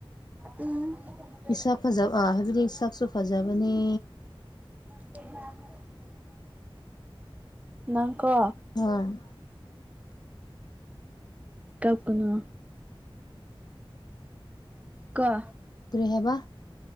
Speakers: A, on the right; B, on the left.
A: ꯎꯝ
B: ꯏꯁꯛ ꯐꯖꯕ ꯍꯥꯏꯕꯗꯤ ꯁꯥꯛꯁꯨ ꯐꯖꯕꯅꯤ
A: <unintelligible> ꯅꯪꯀꯣ
B: ꯍꯣꯏ
A: ꯀꯞꯄꯅ ꯀ
B: ꯀꯔꯤ ꯍꯥꯏꯕ